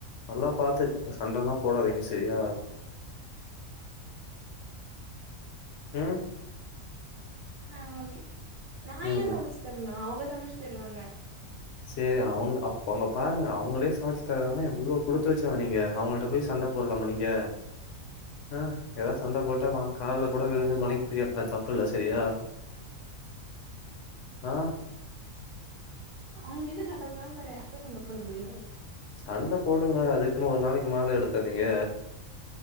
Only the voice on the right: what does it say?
ஆ ஓக்கே நா
ச்சு தரணு அவங்க தா முச்சு தருவாங்க
அவுங்ககிட்ட சண்ட போடாம வேற யார்ட்ட சண்ட போட முடியு